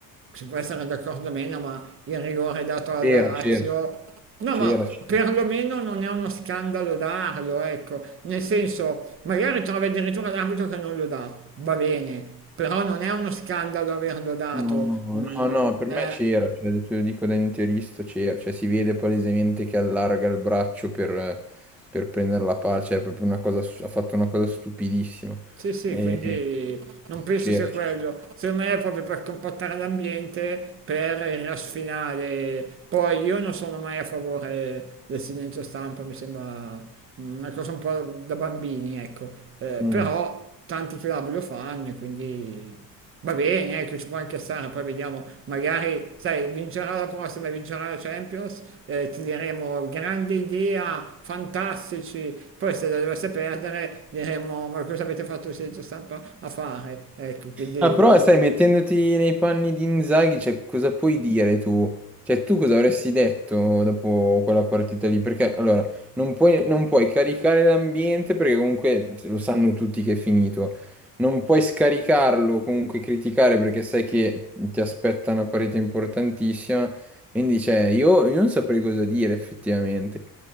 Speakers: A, on the right; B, in the centre.
A: si può essere d'accordo o meno, ma il rigore dato alla
B: C'era,
A: Lazio.
B: c'era,
A: No,
B: c'era,
A: ma
B: c'era.
A: perlomeno non è uno scandalo darlo, ecco. Nel senso, magari trovi addirittura l'arbitro che non lo dà, va bene, però non è uno scandalo averlo dato.
B: No,
A: Mm,
B: no, no, per
A: eh,
B: me c'era, cioè, te lo dico da interista, c'era, cioè si vede palesemente che allarga il braccio per, per prendere la palla, cioè è proprio una cosa, s- ha fatto una cosa stupidissima.
A: Sì, sì,
B: E-
A: quindi non penso
B: C'era,
A: sia
B: c'era.
A: quello. Secondo me è proprio per compattare l'ambiente, per il rush finale. Poi io non sono mai a favore del silenzio stampa, mi sembra una cosa un po' da bambini, ecco. Eh,
B: Mm.
A: però tanti club lo fanno, e quindi Va bene, ecco, ci può anche stare, poi vediamo, magari, sai, vincerà la prossima, vincerà la Champions, eh, ti diremo grande idea, fantastici, poi se la dovesse perdere diremo ma cosa avete fatto senza stampa a fare? Ecco, quindi...
B: Ah, però sai, mettendoti nei panni di Inzaghi, cioè, cosa puoi dire tu? Cioè, tu cosa avresti detto dopo quella partita lì? Perché, allora, non puoi, non puoi caricare l'ambiente perché comunque lo sanno tutti che è finito. Non puoi scaricarlo, comunque criticare perché sai che ti aspetta una parete importantissima. Quindi, cioè, io, io non saprei cosa dire effettivamente.